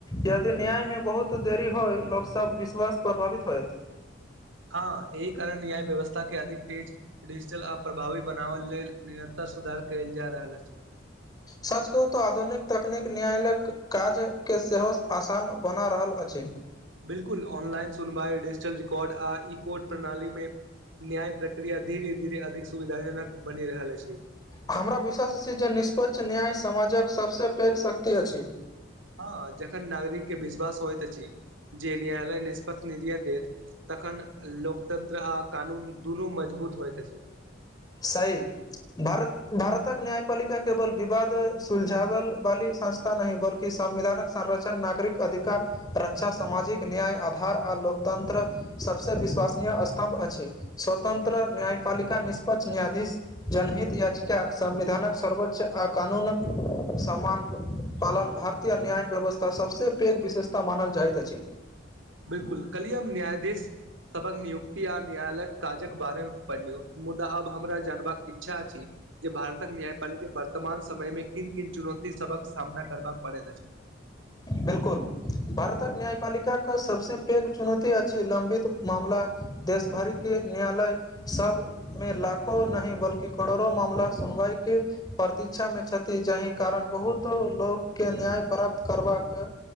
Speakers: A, on the left; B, on the right.
A: यदि न्याय मे बहुत देरी हो लोक सब विश्वास प्रभावित होत
B: हँ एहि कारण न्याय व्यवस्था के अधिक तेज डिजिटल आ प्रभावी बनाल लेल निरन्तर सुधार कयल जा रहल अछि
A: सच कहू तऽ आधुनिक तकनीक न्यायालय काजके सेहो आसान बना रहल अछि
B: बिल्कुल ऑनलाइन सुनवा डिजिटल रिकॉर्ड आ ई कोड प्रणाली मे न्याय प्रक्रिया धीरे धीरे अधिक सुविधाजनक बनि रहल अछि
A: हमरा विश्वास अछि जे निष्पक्ष न्याय समाजक सभसँ पैघ शक्ति अछि
B: हाँ जखन नागरिक के विश्वास होइत छी जे न्यायालय निष्पत्त निर्यत देत तखन लोकतंत्र आ कानून दुनू मजबूत होइत अछि
A: सही भारत भारतक न्यायपालिका केवल विवाद सुलझावल वाली संस्था नहि बल्कि संविधानक संरचण नागरिक अधिकार रक्षा सामाजिक न्याय आधार आ लोकतंत्र सभसँ विश्वसनीय स्तम्भ अछि स्वतंत्र न्यायपालिका निष्पक्ष न्यायाधीश जनहित याचिका संविधानक सर्वोच्च आ कानूनक सम्मान पालन भारतीय न्याय व्यवस्था सभसँ पैघ विशेषता मानल जाइत अछि
B: बिलकुल कलिय हम न्यायाधीश सबक नियुक्ति आ न्यायालयक काजक बारे मे पढ़लियू मुदा आब हमरा जानबाक इच्छा अछि जे भारतक न्यायपालिका वर्तमान समय मे किन किन चुनौती सबक सामना करबा पड़ैत अछि
A: बिल्कुल भारतक न्यायपालिकाक सभसँ पैघ चुनौती अछि लंबित मामला देशभरिके न्यायालय सब मे लाखो नहि बल्कि करोड़ो मामला सुनवाई के प्रतिक्षा में छथि जाहि कारण बहुत लोक के न्याय प्राप्त करबाक